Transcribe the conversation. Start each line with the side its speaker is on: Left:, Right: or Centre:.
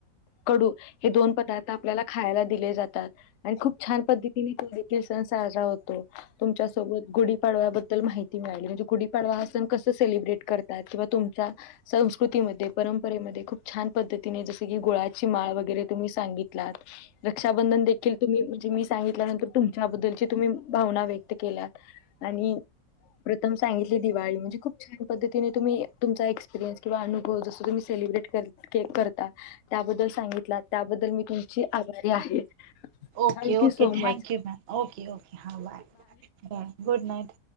Left: कडू हे दोन पदार्थ आपल्याला खायला दिले जातात. आणि खूप छान पद्धतीने तो देखील सण साजरा होतो. तुमच्यासोबत गुढीपाडव्याबद्दल माहिती मिळाली म्हणजे गुढीपाडवा हा सण कसा सेलिब्रेट करतात किंवा तुमचा संस्कृतीमध्ये, परंपरेमध्ये खूप छान पद्धतीने जस की गुळाची माळ वगैरे तुम्ही सांगितलात रक्षाबंधन देखील तुम्ही म्हणजे मी सांगितल्यानंतर तुमच्याबद्दलची तुम्ही भावना व्यक्त केल्यात आणि प्रथम सांगितली दिवाळी म्हणजे खूप पधतीने तुम्ही तुमचा एक्सपरयनस किंवा अनुभव जस तुम्ही सेलिब्रेट कर केक करता त्याबद्दल सांगितला त्याबद्दल मी तुमची आभारी आहे.
Right: Okay
Left: thank you
Right: okay
Left: so
Right: thank you
Left: much
Right: ma'am okay okay हां, बाय बाय गुड नाईट.